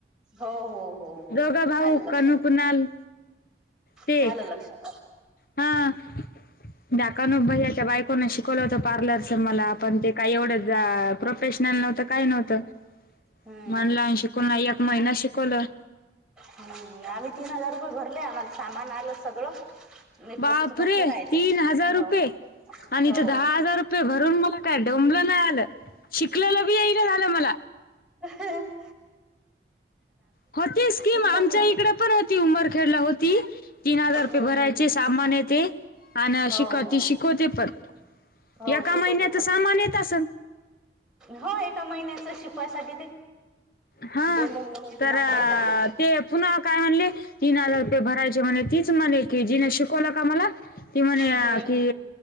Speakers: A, in the centre; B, on the left.
A: हो हो हो हो
B: दोघं
A: हो
B: भाऊ
A: आलं लक्षात
B: कनू कुणाल ते
A: खयलं लक्षात.
B: हा. दकानो भैयाच्या बायकोंना शिकवलं होतं पार्लरच मला पण ते काही एवढं प्रोफेशनल नव्हतं काय नव्हतं
A: हम्म
B: म्हण लाून शिकून एक महिना शिकवलं.
A: हम् आम्ही तीन हजार रुपये भरले आम्हाला सामान आलं सगळं. मेकअपच
B: बापरे
A: फक्त राहिले
B: तीन हजार रुपये.
A: हो
B: आणि
A: हो
B: इथ दहा हजार रुपये भरून मला काय डोंबलं नाही आलं. शिकलेलं बी येई ना झालं मला
A: ह.
B: कोती स्कीम आमच्या
A: चालू आहे
B: इकडे पण हो किती उंमर खेळला होती तीन हजार रुपये
A: हम्म
B: भरायचे
A: हम्म
B: सामान येते. ह ना
A: हो
B: शिकव
A: हो
B: ती शिकवते पण
A: हो
B: एका
A: शिकवते
B: महिन्यात
A: पण
B: सामान येत असेल.
A: हो एका महिन्याच शिकवायसाठी ते
B: हा
A: डेमो म्हणून ते
B: तर
A: दाखवायसाठी
B: ते पुन्हा काय म्हणले तीन हजार रुपये भरायचे म्हणे तीच म्हणे कि जि ला का मला कि म्हणे
A: हम्म हम्म
B: कि